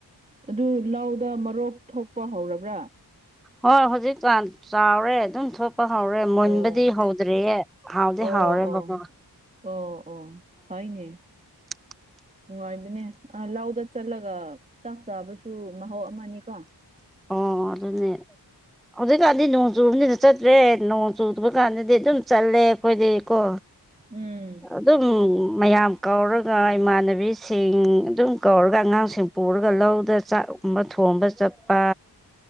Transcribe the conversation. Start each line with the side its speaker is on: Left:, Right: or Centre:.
Right: ꯑꯗꯨ ꯂꯥꯎꯗ ꯃꯔꯣꯛ ꯊꯣꯛꯄ ꯍꯧꯔꯕ꯭ꯔꯥ
Centre: ꯍꯣꯏ ꯍꯧꯖꯤꯛꯀꯥꯟ ꯆꯥꯎꯔꯦ ꯑꯗꯨꯝ ꯊꯣꯛ ꯄ ꯍꯥꯎꯔꯦ ꯃꯨꯟꯕꯗꯤ
Right: ꯑꯣ
Centre: ꯍꯧꯗ꯭ꯔꯦꯌꯦ ꯍꯥꯎꯗꯤ
Right: ꯑꯣ
Centre: ꯍꯥꯎꯔꯦ
Right: ꯑꯣ
Centre: ꯕꯀꯣ
Right: ꯑꯣ ꯑꯣ ꯐꯥꯏꯅꯦ
Centre: <inaudible>
Right: ꯅꯨꯡꯉꯥꯏꯕꯅꯦ ꯂꯥꯎꯗ ꯆꯠꯂꯒ ꯆꯥꯛ ꯆꯥꯕꯁꯨ ꯃꯍꯥꯎ ꯑꯃꯅꯤ ꯀꯣ
Centre: ꯑꯣ ꯑꯗꯨꯅꯦ ꯍꯧꯖꯤꯛꯀꯥꯟꯗꯤ ꯅꯣꯡ ꯆꯨꯕꯅꯤꯅ ꯆꯠꯇ꯭ꯔꯦ ꯅꯣꯡ ꯆꯨꯗꯕ ꯀꯥꯟꯗꯗꯤ ꯑꯗꯨꯝ ꯆꯠꯂꯦ ꯑꯩꯈꯣꯏꯗꯤ ꯀꯣ
Right: ꯎꯝ
Centre: ꯑꯗꯨꯝ ꯃꯌꯥꯝ ꯀꯧꯔꯒ ꯏꯃꯥꯟꯅꯕꯤꯁꯤꯡ ꯑꯗꯨꯝ ꯀꯧꯔꯒ ꯑꯉꯥꯡꯁꯤꯡ ꯄꯨꯔꯒ ꯂꯧꯗ ꯆꯥꯛꯀꯨꯝꯕ ꯊꯣꯡꯕ ꯆꯠꯄ